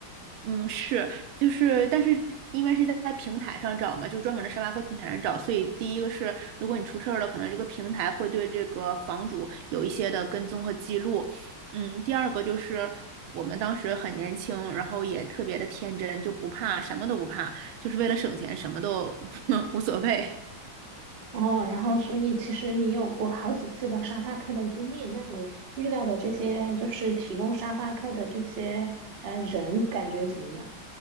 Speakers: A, on the right; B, on the right.
A: 嗯，是，就是，但是因为是在在平台上找嘛，就是专门的沙发客平台上找，所以第一个是，如果你出事儿了，可能这个平台会对这个房主有一些的跟踪和记录。嗯，第二个就是我们当时很年轻，然后也特别的天真，就不怕，什么都不怕，就是为了省钱，什么都 <laughs> 无所谓。
B: 哦，然后所以其实你有过好几次的沙发客的经历，那你遇到的这些就是提供沙发客的这些呃人，感觉怎么样？